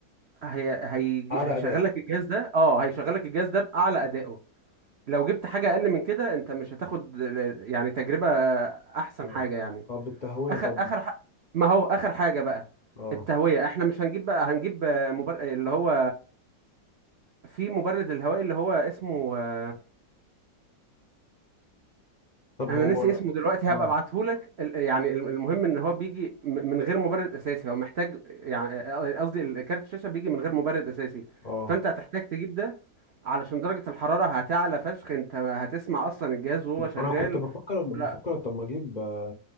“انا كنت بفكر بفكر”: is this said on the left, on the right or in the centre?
Left